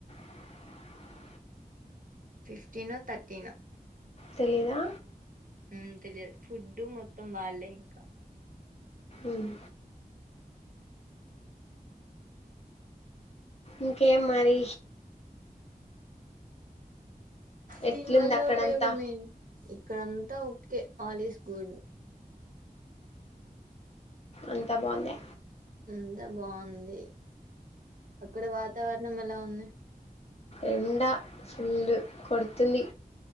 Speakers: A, on the left; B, on the right.
A: <inaudible>
B: ఫిఫ్టీనో థర్టీనో
A: తెలిదా
B: ఉమ్ తెలియదు ఫుడ్డు మొత్తం వాళ్ళే ఇంకా
A: ఉమ్. ఇంకేం మరి ఎట్లుంది
B: దీని వల్ల
A: అక్కడంతా
B: ఉపయోగం ఎ ఇక్కడంతా ఓకే ఆల్ ఇస్ గుడ్
A: అంతా బాగుందా
B: అంతా బాగుంది అక్కడ వాతావరణం ఎలా ఉంది
A: ఎండా ఫుల్ కొడుతుంది